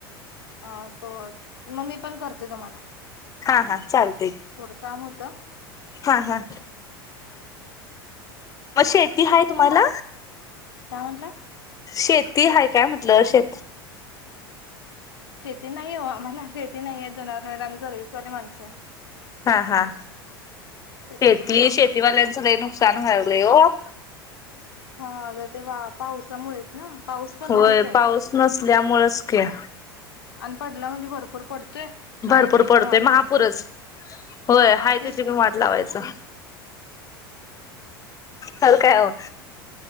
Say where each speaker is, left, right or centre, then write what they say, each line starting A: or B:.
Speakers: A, on the left; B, on the left.
A: अ तो मग ममी पण करते तुम्हाला
B: हा हा चालते
A: थोडं काम होतं
B: हा हा मग शेती हाय तुम्हाला
A: तू मस् काय म्हटलं
B: शेती ह काय म्हटलं श
A: शेती नाही हो आम्हाला शेती नाही आहे जनावर आम्ही सर्विसवाले माणसं
B: हा हा शेती
A: त्याच्यामुळे
B: शेतीवाल्यांचं लय नुकसान व्हालंय हो
A: हा तर ते वा पावसामुळेच ना पाऊस पण
B: होय
A: नाहीच आहे
B: पाऊस नसल्यामुळेच खेळ
A: आणि पडला म्हणजे भरपूर पडतोय
B: भरपूर
A: आहे त्याची
B: पडतोय
A: पण वाट
B: महापूरच
A: लावून ठेवते
B: होय, हा
A: तेच
B: त्याची
A: की
B: मी वाट लावायचं. हल काय हो